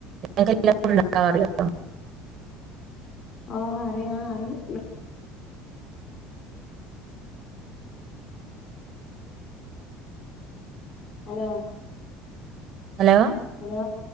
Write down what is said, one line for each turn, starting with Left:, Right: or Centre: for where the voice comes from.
Right: ഇങ്ങക്കെല്ലാർക്കും ഉണ്ടാക്കാനറിയൊ
Left: ഓ അറിയ അറിയും ഹലോ
Right: ഹലോ
Left: ഹലോ